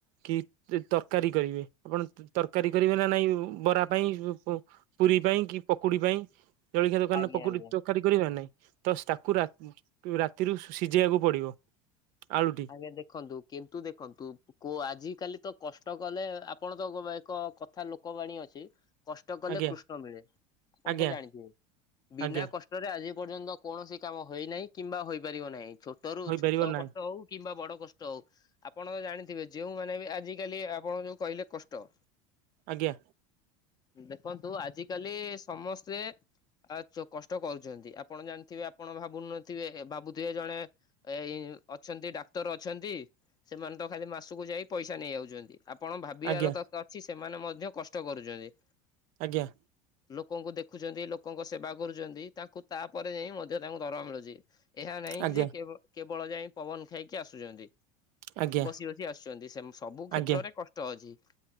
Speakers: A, on the right; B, on the left.
A: କି ତରକାରୀ କରିବେ ଆପଣ ତରକାରୀ କରିବେ ନା ନାଇଁ ବରା ପାଇଁ ପୁରୀ ପାଇଁ କି ପକୁଡି ପାଇଁ। ଜଳଖିଆ ଦୋକାନ
B: ଆଜ୍ଞା ଆଜ୍ଞା
A: ତକାରୀ କରିବ ନାହିଁ ତ ତାକୁ ରାତିରୁ ସିଝେଇବାକୁ ପଡି଼ବ ଆଳୁଟି
B: ଆଜ୍ଞା ଦେଖନ୍ତୁ କେମ୍ତି ଦେଖନ୍ତୁ। କୋ ଆଜି କାଲି ତ କଷ୍ଟ କଲେ ଆପଣ ତ ଏକ କଥା ଲୋକବାଣୀ ଅଛି। କଷ୍ଟ କଲେ
A: ଆଜ୍ଞା
B: କୃଷ୍ଣ ମିଳେ ଆପଣ
A: ଆଜ୍ଞା
B: ତ ଜାଣିଥିବେ ବିନା
A: ଆଜ୍ଞା
B: କଷ୍ଟ ଆଜି ପର୍ଯ୍ୟନ୍ତ କୌଣସି କାମ ହୋଇନାହିଁ କିମ୍ବା ହୋଇପାରିବ ନାହିଁ ଛୋଟରୁୁ
A: ହୋଇପାରିବ
B: ଛୋଟ
A: ନାହିଁ
B: କଷ୍ଟ ହଉ କିମ୍ବା ବଡ଼ କଷ୍ଟ ହଉ। ଆପଣ ତ ଜାଣିଥିବେ ଯୋଉମାନେ ବି ଆଜିକାଲି ଆପଣ ଯୋଉ କହିଲେ କଷ୍ଟ
A: ଆଜ୍ଞା।
B: ଦେଖନ୍ତୁ ଆଜିକାଲି ସମସ୍ତେ ଆଉ କଷ୍ଟ କରୁଛନ୍ତି ଆପଣ ଜାଣିଥିବେ ଆପଣ ଭାବୁନଥିବେ ଭାବୁଥିବେ ଜଣେ ଏଇ ଅଛନ୍ତି ଡାକ୍ ଡକ୍ତର ଅଛନ୍ତି ସେମାନେ ତ ଖାଲି ମାସକୁ ଯାଇ ପଇସା ନେଇଯାଉଛନ୍ତି ଆପଣ ଭାବିବାର
A: ଆଜ୍ଞା
B: ଦର ଅଛି ସେମାନେ ମଧ୍ୟ କଷ୍ଟ କରୁଛନ୍ତି।
A: ଆଜ୍ଞା।
B: ଲୋକଙ୍କୁ ଦେଖୁଛନ୍ତି ଲୋକଙ୍କ ସେବା କରୁଛନ୍ତି ତାଙ୍କୁ ତାପରେ ଯାଇ ମଧ୍ୟ ତାଙ୍କୁ ଦରମା ମିଳୁଛି। ଏହା ନାହିଁ
A: ଆଜ୍ଞା
B: କି ଯେ କେବଳ ଯାଇ ପବନ ଖାଇକି ଆସୁଛନ୍ତି।
A: ଆଜ୍ଞା
B: ବସି ବସି ଆସୁଛନ୍ତି ସେମିତି ସବୁ କ୍ଷେତ୍ରରେ
A: ଆଜ୍ଞା
B: କଷ୍ଟ ଅଛି।